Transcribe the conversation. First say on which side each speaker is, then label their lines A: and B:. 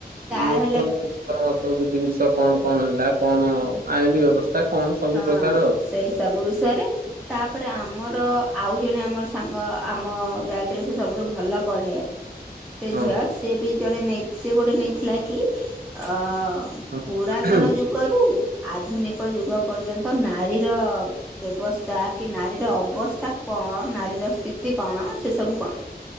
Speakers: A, in the centre; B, on the right.
A: ତାହେଲେ
B: ନୂତନ ସବୁ ଜିନିଷ କଣ କଣ ହେଲା କଣ ଆଇନ ବ୍ୟବସ୍ଥା କଣ ସବୁ
A: ହଁ
B: ପ୍ରକାର
A: ସେଇ ସବୁ ବିଷୟରେ ତାପରେ ଆମର ଆଉ ଜଣେ ଆମର ସାଙ୍ଗ ଆମ ବ୍ୟାଚରେ ସେ ସବୁଠୁ ଭଲ ପଢେ ସେ
B: ଆଉ
A: ଝିଅ ସେ ବି ଜଣେ ନେଇ ସିଏ ଗୋଟେ ନେଇଥିଲା କି ଅ
B: ହଁ।
A: ପୁରାତନ ଯୁଗରୁ ଆଧୁନିକ ଯୁଗ ପର୍ଯ୍ୟନ୍ତ ନାରୀର ବ୍ୟବସ୍ଥା କି ନାରୀର ଅବସ୍ଥା କଣ ନାରୀର ସ୍ଥିତି କଣ ସେ ସବୁ କଣ